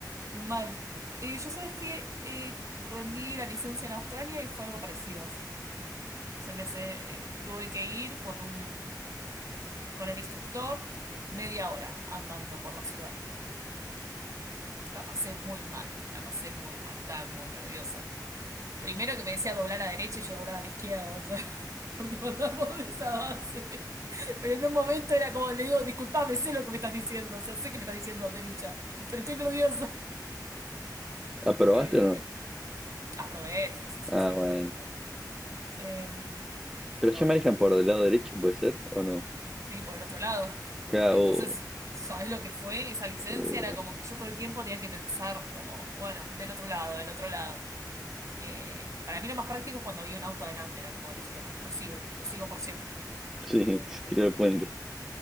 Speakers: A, on the right (about 45°); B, in the centre.
A: mal. Eh, yo sabes que eh, rendí la licencia en Australia y fue algo parecido así. Se me se- eh, tuve que ir con un, con el instructor media hora andando por la ciudad. La pasé muy mal, la pasé muy mal, estaba muy nerviosa. Primero que me decía doblar a la derecha y yo doblaba a la izquierda, o sea, <laughs> partamos de esa base. Pero en un momento era como, le digo, disculpame, sé lo que me estás diciendo, o sea, sé que me estás diciendo derecha, pero estoy nerviosa. <laughs>
B: ¿Aprobaste
A: Eh,
B: o no?
A: aprobé, sí, sí, sí,
B: Ah,
A: sí,
B: bueno.
A: aprobé, aprobé. Eh,
B: Pero
A: pero
B: ya manejan por el lado derecho, ¿puede ser? ¿O no?
A: sí, por el otro lado.
B: Acá
A: Entonces,
B: o...
A: ¿sabes lo que fue esa licencia?
B: o-
A: Era como que yo todo el tiempo tenía que pensar como, bueno, del otro lado, del otro lado. Eh, para mí lo más práctico es cuando vi un auto adelante, era como, listo, lo, lo sigo, lo sigo por siempre.
B: Sí, <laughs>
A: Pero bueno.
B: tirar el puente.